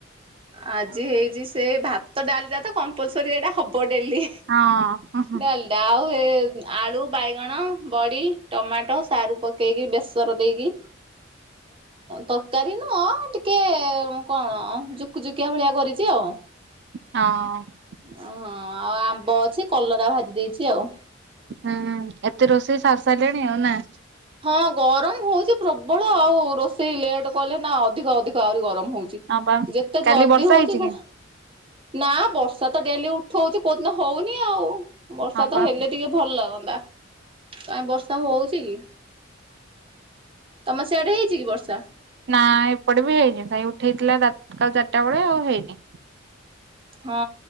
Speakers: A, on the right; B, on the right.
A: ଆଜି ହେଇଛି ସେ ଭାତ ଡାଲିଟା ତା କମ୍ପଲସରୀ ସେଟା ହବ ଡେଲି
B: ହଁ ହଁ
A: ଡାଲଡା ଆଉ। ଆଳୁ ବାଇଗଣ ବଡି ଟମାଟୋ ସାରୁ ପକେଇକି ବେସର ଦେଇକି ତରକାରୀ ନୁହଁ ଟିକେ କଣ ଯୁକ୍। ଯୁ କୁ ଯୁକୁଆ କିିଆ ଭଳିଆ କରିଛି ଆଉ।
B: ହଁ।
A: ହଁ ଆ ବ ଅଛି କଲରା ଭାଜି ଦେଇଛି ଆଉ
B: ହୁଁ ଏତେ ରୋଷେଇ ସାରି ସାରିସାଲେଣି ଆଉ ନାଁ?
A: ହଁ ଗରମ ହଉଛି ପ୍ରବଳ ଆଉ ରୋଷେଇ ଲେଟ୍ କଲେ ନା ଅଧିକ ଅଧିକ ଆହୁରି ଗରମ। ହଉଛି
B: ହଁ ବା
A: ଯେତେ
B: କାଲି
A: ଜଲଦି
B: ବର୍ଷା
A: ହଉଛି
B: ହେଇଛି
A: ସେ
B: କି?
A: ନା ବର୍ଷା ତ ଡେଲି ଉଠଉଛି କୋଉଦିନ ହଉନି ଆଉ। ବର୍ଷା
B: ହଁ
A: ତ
B: ବା
A: ହେଲେ ଟିକେ ଭଲ ଲାଗନ୍ତା ବା ତାଇ ବର୍ଷା ହଉଛି କି ତମ ସେଆଡେ ହେଇଛି କି ବର୍ଷା।
B: ନା ଏପଟେ ବି ହେଇନି ଭାଇ ଉଠେଇଥିଲା ରା କାଲି ଚାରିଟା ବେଳେ ଆଉ ହେଇନି।
A: ହଁ